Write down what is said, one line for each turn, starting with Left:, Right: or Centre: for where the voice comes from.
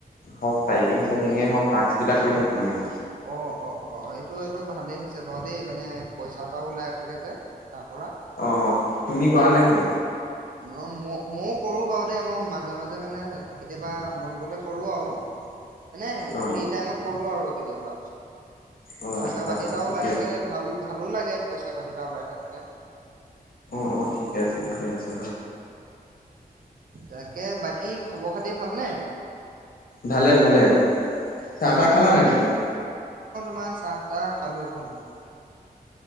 Left: হওক টাইপিং চাইপিঙে হওক টাকচ বিলাক কৰি থাকো মানে
Right: অহ অহ অহ এইটো এইটো ভালেই হৈছে বাৰু দেই মানে পইচা এটাও ওলাই থাকে যে তাৰ পৰা
Left: অহ তুমি চোৱা নেকি
Right: মও ময়ও কৰোঁ বাৰু দেই মই মাজে মাজে মানে কেতিয়াবা মন গ'লে কৰো আৰু মানে
Left: অ
Right: ফ্ৰী টাইমত কৰোঁ আৰু কেতিয়াবা
Left: অ
Right: পইচা
Left: আচ্ছা
Right: পাতি
Left: আচ্ছা
Right: এটাও
Left: ঠিকে
Right: ওলাই থাকে ভাল ভালো লাগে পইচা পাতি এটা ওলাই থাকিলে
Left: অহ ঠিকে আছে ঠিকে আছে,
Right: তাকে বাকী খবৰ খাতি ভালনে?
Left: ভালে ভালে চাহ তাহ খালা নাই তুমি?
Right: মা চাহ তাহ খালো খালো